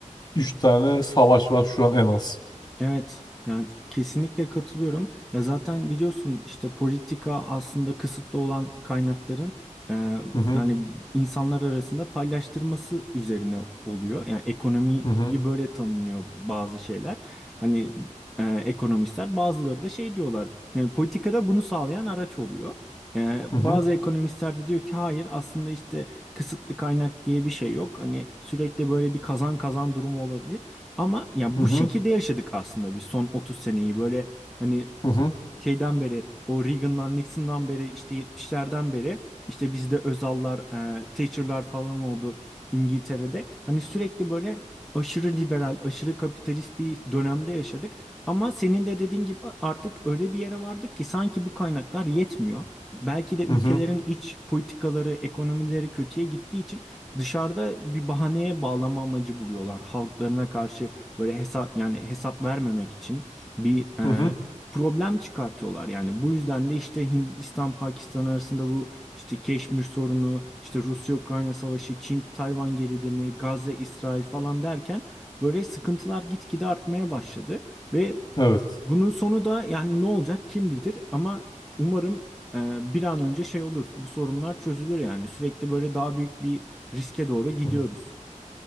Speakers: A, on the left; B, in the centre.
A: Üç tane savaş var şu an en az.
B: Evet, yani kesinlikle katılıyorum. Ya zaten biliyorsun işte politika aslında kısıtlı olan kaynakların e,
A: Hı hı
B: yani insanlar arasında paylaştırması üzerine oluyor. Yani ekonomiyi
A: hı hı
B: böyle tanımlıyor bazı şeyler. Hani e, ekonomistler bazıları da şey diyorlar. Yani politikada bunu sağlayan araç oluyor. E, bazı
A: hı hı
B: ekonomistler de diyor ki hayır aslında işte kısıtlı kaynak diye bir şey yok. Hani sürekli böyle bir kazan kazan durumu olabilir. Ama ya
A: hı
B: bu şekilde yaşadık aslında biz son otuz seneyi böyle hani
A: hı hı hı
B: şeyden beri o Reagan'dan Nixon'dan beri işte 70'lerden beri işte bizde Özal'lar, e, Thatcher'lar falan oldu İngiltere'de. Hani sürekli böyle aşırı liberal, aşırı kapitalist bir dönemde yaşadık. Ama senin de dediğin gibi artık öyle bir yere vardık ki sanki bu kaynaklar yetmiyor. Belki de ülkelerin
A: hı hı
B: iç politikaları, ekonomileri kötüye gittiği için dışarıda bir bahaneye bağlama amacı buluyorlar. Halklarına karşı böyle hesap yani hesap vermemek için bir e,
A: hı hı.
B: problem çıkartıyorlar. Yani bu yüzden de işte Hindistan Pakistan arasında bu işte Keşmir sorunu, işte Rusya-Ukrayna savaşı, Çin-Tayvan gerilimi, Gazze-İsrail falan derken böyle sıkıntılar gitgide artmaya başladı ve
A: Evet.
B: bunun sonu da yani ne olacak kim bilir ama umarım e, bir an önce şey olur. Bu sorunlar çözülür yani. Sürekli böyle daha büyük bir riske doğru gidiyoruz.
A: Hı.